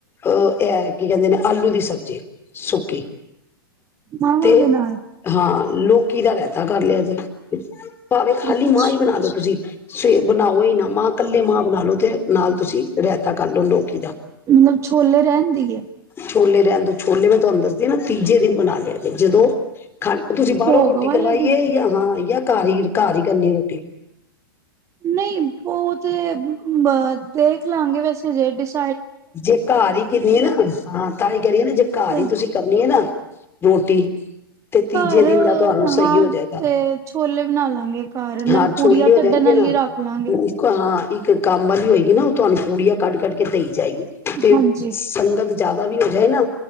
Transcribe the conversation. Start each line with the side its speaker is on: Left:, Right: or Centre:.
Left: ਅ ਇਹ ਕੀ ਕਹਿੰਦੇ ਨੇ ਆਲੂ ਦੀ ਸਬ ਜੀ ਸੁਖੀ
Right: ਮਾਵਾਂ
Left: ਤੇ
Right: ਦੇ ਨਾਲ
Left: ਹਾਂ ਲੋਕ ਕਿਦਾ ਰਹਿਤਾ ਕਰ ਲਿਆ ਜੇ। ਭਾਵੇਂ ਖਾਲੀ
Right: ਅੱਛਾ
Left: ਮਾਂ ਹੀ ਬਣਾ ਦੋ ਤੁਸੀਂ। ਸਵੇ ਬਣਾਓ ਹੀ ਨਾ ਮਾਂ ਕੱਲੇ ਮਾਂ ਬਣਾ ਲੋ ਤੇ ਨਾਲ ਤੁਸੀਂ ਰਾਇਤਾ ਕਰਲੋ ਲੋਕੀ ਦਾ।
Right: ਮਤਲਬ ਛੋਲੇ ਰਹਿਨ ਦੇਈਏ।
Left: ਛੋਲੇ ਰਹਿਣ ਦੋ ਛੋਲੇ ਮੈਂ ਤੁਹਾਨੂੰ ਦੱਸਦੀ ਹ ਨਾ ਤੀਜੇ ਦਿਨ ਮਨਾ ਲਿਆ ਜੇ ਜਦੋਂ ਖਾ ਤੁਸੀਂ ਬਾਹਰੋਂ
Right: ਭੋਗ
Left: ਰੋਟੀ
Right: ਵਾਲੇ
Left: ਕਰਵਾਈਏ
Right: ਦਿਨ
Left: ਯਾ ਹਾਂ ਯਾ ਘਰ ਹੀ ਘਰ ਹੀ ਕਰਨੀ ਰੋਟੀ।
Right: ਨਹੀਂ ਬਹੁ ਤੇ ਬ ਦੇਖ ਲਾ ਗੇ ਵੈਸੇ ਜੇ ਡਿਸ
Left: ਜੇ ਘਰ ਹੀ ਕਿਨੀ ਆ ਨਾ ਹਾਂ। <unintelligible> ਕਰੀਏ ਨਾ ਜੇ ਘਰ
Right: ਤੇ
Left: ਹੀ ਤੁਸੀਂ ਕਰਨੀ ਹੈ ਨਾ। ਰੋਟੀ। ਤੇ ਤੀਜੇ
Right: ਘਰ
Left: ਦਿਨ ਦਾ ਤੁਹਾਨੂੰ ਸਹੀ
Right: ਹਾਂ
Left: ਹੋ ਜਾਏਗਾ
Right: ਤੇ ਛੋਲੇ ਬਣਾ ਲਾਂਗੇ ਘਰ। ਨਾਲ
Left: ਹਾਂ
Right: ਪੂੜੀਆਂ
Left: ਛੋਲੇ ਹੋ
Right: ਕੱਢਣ
Left: ਜਾਣਗੇ
Right: ਆਲੀ
Left: ਨਾ
Right: ਰੱਖ ਲਾਂਗੇ।
Left: ਇੱਕ ਹਾਂ ਇੱਕ ਕੰਮ ਵਾਲੀ ਹੋਏਗੀ ਨਾ ਉਹ ਤੁਹਾਨੂੰ ਪੂੜੀਆਂ ਕੱਢ-ਕੱਢ ਕੇ ਦੇਈ ਜਾਏਗੀ। ਤੇ
Right: ਹਾਂਜੀ
Left: ਸੰਗਤ। ਜ਼ਿਆਦਾ ਵੀ ਹੋ ਜਾਏ ਨਾ